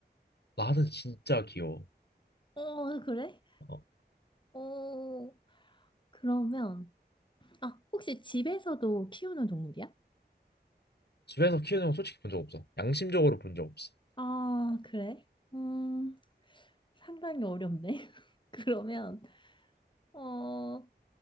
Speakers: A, on the left; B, on the left.
A: 나는 진짜 귀여워.
B: 어, 그래?
A: 어
B: 어, 그러면 아, 혹시 집에서도 키우는 동물이야?
A: 집에서 키우는 거 솔직히 본 적 없어. 양심적으로 본 적 없어.
B: 아, 그래? 음, 상당히 어렵네. <laughs> 그러면, 어,